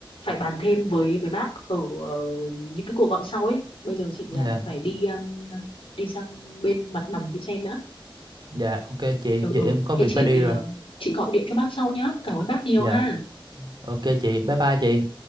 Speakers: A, on the left; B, on the right.
A: phải bàn thêm với với bác ở ờ, những cái cuộc gọi sau ấy bây giờ chị
B: dạ
A: ờ, phải đi um, đi sang bên mặt bằng chị xem đã
B: dạ ok chị
A: ừ
B: giờ
A: ừ
B: em có
A: thế
B: việc
A: chị
B: phải đi rồi
A: ờ, chị gọi điện cho bác sau nhá cảm ơn bác nhiều
B: dạ
A: ha
B: ok chị bye bye chị